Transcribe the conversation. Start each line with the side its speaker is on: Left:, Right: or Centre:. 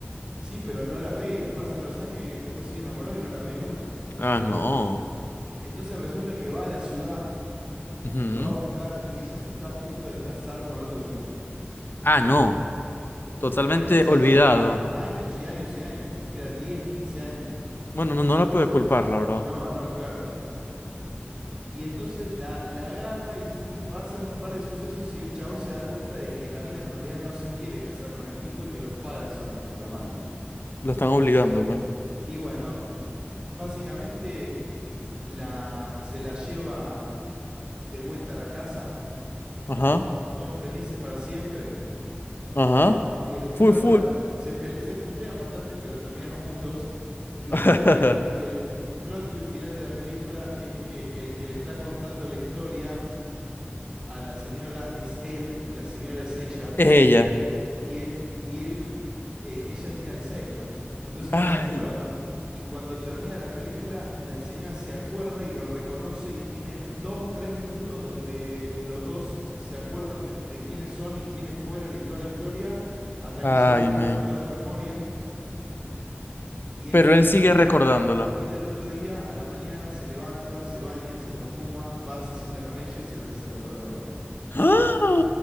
Right: Sí, pero no la ve y pasan los años y el tipo sigue enamorado y no la ve nunca.
Left: Ah, no.
Right: Entonces resulta que va a la ciudad,
Left: Ujú.
Right: la va a buscar y ella se está a punto de casar con otro tipo.
Left: Ah, no. Totalmente
Right: Habían pasado
Left: olvidado.
Right: años y años y años, como que te dijera 10, 15 años.
Left: Bueno, no, no la puedo culpar, la verdad.
Right: No, no, claro. Y entonces la, la agarra y, s- y un, pasan un par de sucesos y el chabón se da cuenta de que la mina en realidad no se quiere casar con el tipo y que los padres son los que la mandan.
Left: La están obligando, pues.
Right: Y bueno, básicamente la, se la lleva de vuelta a la casa,
Left: Ajá,
Right: son felices para siempre
Left: ajá.
Right: y el plot,
Left: Full, full.
Right: bueno, se, pele- se putean bastante pero terminan juntos y,
Left: <laughs>
Right: r- y el, y el plot twist final de la película es que el que le está contando la historia a la señora es él y la señora es ella.
Left: Es ella.
Right: y, e- y él, eh, ella tiene Alzheimer, entonces
Left: Ay,
Right: no se acuerda. Y cuando termina la película, la señora se acuerda y lo reconoce y tienen dos, tres minutos donde los dos se acuerdan de, de quiénes son y quiénes fueron y toda la historia, hasta
Left: ay,
Right: que ella vuelve
Left: men.
Right: a perder la memoria y él
Left: Pero
Right: al otro
Left: él sigue
Right: día,
Left: recordándola.
Right: y él al otro día, a la mañana, se levanta, se baña, se perfuma, va, se sienta con ella y se la empieza a contar de nuevo.
Left: ¡Ah!